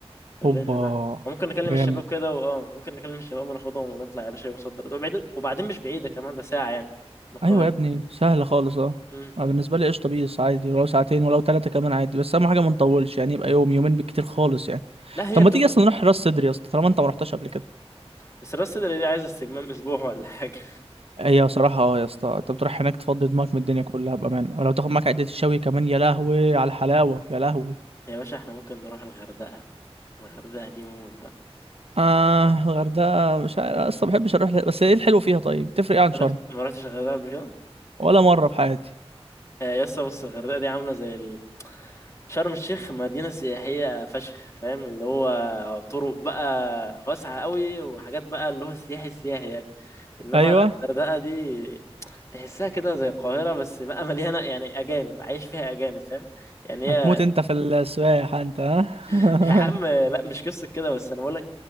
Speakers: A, on the left; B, on the right.
A: في
B: اوبا
A: الرينج ده فممكن نكلم
B: جامد
A: الشباب كده واه ممكن نكلم الشباب وناخدهم ونطلع يا باشا يوم صد رد وبعدين وبعدين مش بعيده كمان ده ساعه يعني من القاهره
B: ايوه يا ابني سهله خالص اه
A: امم
B: أنا بالنسبه لي قشطه بيس عادي ولو ساعتين ولو ثلاثه كمان عادي بس اهم حاجه ما نطولش يعني يبقى يوم يومين بالكتير خالص يعني
A: لا هي
B: طب ما
A: بتبقى
B: تيجي اصلا نروح راس صدري يا اسطى طالما انت ما رحتش قبل كده
A: بس راس صدر دي عايزة استجمام أسبوع ولا حاجة
B: هي صراحه اه يا اسطى انت بتروح هناك تفضي دماغك من الدنيا كلها بامانه ولو تاخد معاك عده الشوي كمان يا لهوي على الحلاوه يا لهوي
A: <laughs> يا باشا احنا ممكن نروح الغردقة الغردقة دي موت بقى
B: اه الغردقه مش عارف اصلا ما بحبش اروح ل- بس ايه الحلو فيها طيب تفرق ايه عن شرم
A: رحت ما رحتش الغردقة قبل كده
B: ولا مره في حياتي
A: آه، يسا بص الغردقة دي عاملة زي ال... شرم الشيخ مدينة سياحية فشخ فاهم اللي هو طرق بقى واسعة قوي وحاجات بقى اللي هو سياحي سياحي يعني إنما
B: ايوه
A: الغردقة دي تحسها كده زي القاهرة بس بقى مليانة يعني أجانب عايش فيها أجانب فاهم يعني
B: هتموت
A: هي
B: انت في السواح انت ها
A: <laughs> يا عم لا
B: <laughs>
A: مش قصة كده بس أنا بقول